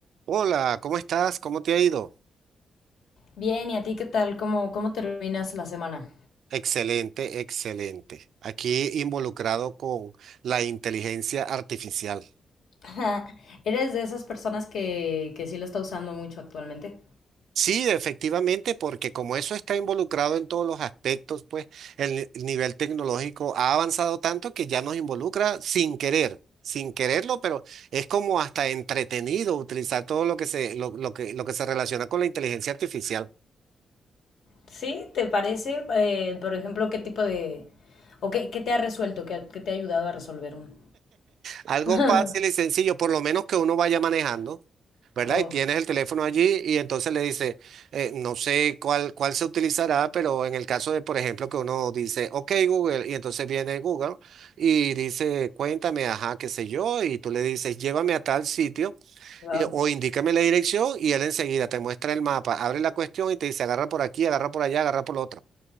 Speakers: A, on the right (about 65°); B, on the left (about 65°).
A: Hola, ¿cómo estás? ¿Cómo te ha ido?
B: Bien, ¿y a ti qué tal? ¿Cómo, cómo terminas la semana?
A: Excelente, excelente. Aquí involucrado con la inteligencia artificial.
B: <laughs> ¿Eres de esas personas que, que sí lo está usando mucho actualmente?
A: Sí, efectivamente, porque como eso está involucrado en todos los aspectos, pues el ni- el nivel tecnológico ha avanzado tanto que ya nos involucra sin querer, sin quererlo, pero es como hasta entretenido utilizar todo lo que se, lo, lo que, lo que se relaciona con la inteligencia artificial.
B: ¿Sí? ¿Te parece? Eh, por ejemplo, ¿qué tipo de... o qué, qué te ha resuelto? ¿Qué, qué te ha ayudado a resolver uno?
A: Algo
B: <laughs>
A: fácil y sencillo, por lo menos que uno vaya manejando. ¿verdad?
B: Oh,
A: Y tienes el teléfono allí y entonces le dice, eh, no sé cuál, cuál se utilizará, pero en el caso de, por ejemplo, que uno dice, ok, Google, y entonces viene Google y dice, cuéntame, ajá, qué sé yo, y tú le dices, llévame a tal sitio
B: wow.
A: y- o indícame la dirección y él enseguida te muestra el mapa, abre la cuestión y te dice, agarra por aquí, agarra por allá, agarra por lo otro.